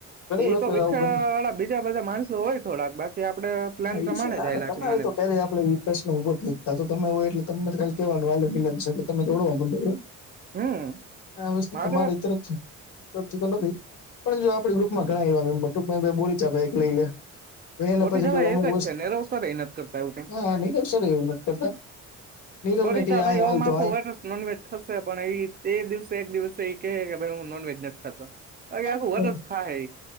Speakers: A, on the left (about 80°); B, on the right (about 30°).
A: ઘણી
B: એ
A: વખત
B: તો વિખેડ
A: આવું બને.
B: વાળા બીજા બધા માણસો હોય થોડાક બાકી આપડે પ્લાન
A: હા એ
B: પ્રમાણે
A: છે, નાને
B: જ આયેલા
A: તમારે
B: છે મને
A: તો
B: લાગે
A: ક્યારેય આપડે એ પ્રશ્ન ઉભો થઈ ત્યાર તો તમે હોય એટલે તમને તો ખાલી કેહેવાનું હવે મિલન છે. એટલે તમે દડો આમંડો
B: હમ
A: આ વસ્તુ
B: મારે
A: તમારી તરફ સાચી તો નથી પણ જો આપડી ગ્રુપમાં ઘણા એવા મેમ્બર ટુકમાં કોઈ બોલી ભાઈ એક લઈ લે એને
B: બોરીચા
A: પછી જો
B: ભાઈ
A: અમુક
B: એક જ
A: વસ્તુ
B: છે નેરવસર એ નથી કરતા એવું કઈ
A: હા નીરવ સર એવું નથી કરતા નીરવ
B: બોરી
A: ને કે
B: ચા ભાઈ
A: અહીયા
B: ઓમ
A: હાલ તો
B: આખુ વર્ષ નોનવેજ ખશે પણ એ એ દિવસે એક દિવસ એ કે કે ભાઈ હું નોનવેજ નથી ખાતો બાકી આખું
A: અહીયા
B: વર્ષ ખાએ